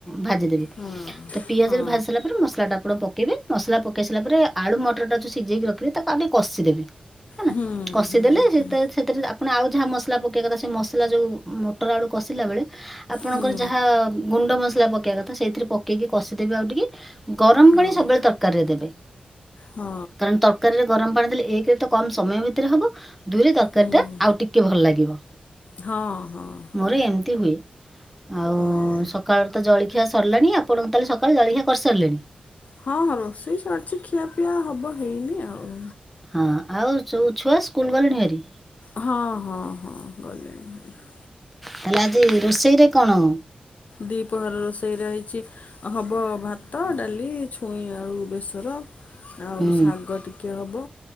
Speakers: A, in the centre; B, on the left.
A: ଭାଜିଦେବେ।
B: ହଁ
A: ତ ପିଆଜ
B: ହଁ
A: ରେ ଭାଜି ସାରା ପରେ, ମସଲାଟା ଆପଣ ପକେଇବେ। ମସଲା ପକେଇ ସାରଲା ପରେ, ଆଳୁ ମଟର ଟା ଯ ସିଝେଇକି ରଖ୍ ତାକୁ ଆଗ କଷିଦେବେ ହେ
B: ହୁଁ
A: କଷିଦେଲେ
B: ହୁଁ ହୁଁ
A: ସେଥିରେ ଆପଣ ଆଉ ଯାହା ମସଲା ପକେଇବା କଥା ସେ ମସଲା ଯୋଉ, ମଟର ଆଳୁ କଷିଲା ବେଳେ ଆପଣଙ୍କର
B: ହୁଁ
A: ଯାହା ଗୁଣ୍ଡ ମସଲା ପକେଇବା କଥା। ସେଇଥିରେ ପକେଇକି କଷିଦେବି ଆଉ ଟିକେ। ଗରମ
B: ହଁ
A: ପାଣି ସବୁବେଳେ ତରକାରୀରେ ଦେବେ,
B: ହଁ
A: କାରଣ ରେ ଗରମ ପାଣି ଦେଲେ, ଏକ ରେ ସମୟ ଭିତରେ ହବ। ଦୁଇରେ ତରକାରୀ
B: ହୁଁ
A: ଟା ଆଉ ଟିକେ ଭଲ ଲାଗିବ।
B: ହଁ ହଁ ହଁ
A: ମୋର ଏମିତି ହୁଏ। ଆଉ
B: ହଁ
A: ସକାଳ ତ ଜଳ ଖିଆ ସିରିଲାଣି। ଆପଣ ତାହେ ସକାଳ ଜଳଖିଆ କରିସାରିଲେଣି।
B: ହଁ, ହଁ ରୋଷେଇ ସରିଛି ଖିଆପିଆ ହବ ହେଇନି ଆଉ।
A: ହଁ। ଆଉ ସ ଛୁଆ, ସ୍କୁଲ ଗଲେଣି ଭାରି?
B: ହଁ, ହଁ, ହଁ। ଗଲେଣି ଭାରି।
A: ହେଲା ଆଜି ରୋଷେଇରେ କଣ?
B: ଦୀପହର ରୋଷେଇ ରହିଛି ହବ ଭାତ, ଡାଲି, ଛୁଇଁ ଆଳୁ ବେସର। ଆଉ
A: ହୁଁ
B: ଶାଗ ଟିକେ ହବ